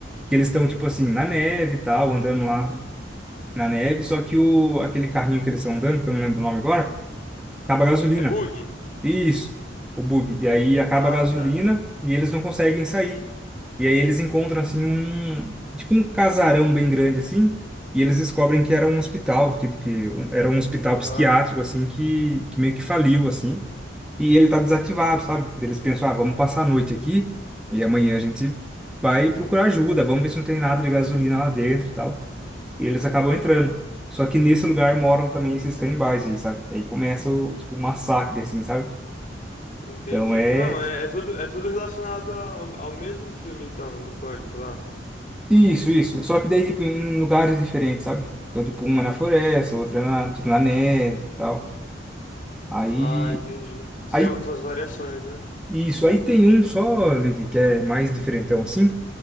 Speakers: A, in the centre; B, on the left.
A: que eles estão, tipo assim, na neve e tal, andando lá na neve, só que o, aquele carrinho que eles estão andando, que eu não lembro o nome agora, acaba a gasolina.
B: É bug?
A: Isso, o bug. E aí acaba
B: Ah,
A: a gasolina
B: tá.
A: e eles não conseguem sair. E aí eles encontram assim um, tipo um casarão bem grande assim, e eles descobrem que era um hospital, tipo que um- era um hospital
B: Aham.
A: psiquiátrico assim que, que meio que faliu assim, e ele tá desativado, sabe? Daí Eles pensam, ah, vamos passar a noite aqui e amanhã a gente vai procurar ajuda, vamos ver se não tem nada de gasolina lá dentro, e tal. E eles acabam
B: Aham.
A: entrando. Só que nesse lugar moram também esses canibais aí, sabe? E aí começa o, tipo, um massacre assim, sabe?
B: Entendi.
A: Então é
B: Não, é, é tudo, é tudo relacionado ao, ao mesmo filme, então, do Pânico lá.
A: Isso, isso. Só que daí, tipo, em lugares diferentes, sabe? Então, tipo, uma na floresta, outra na, tipo, na neve e tal. Aí,
B: Ah, entendi. Sem
A: aí,
B: a- essas variações, né?
A: isso. Aí tem um só, Levi, que é mais diferentão, assim,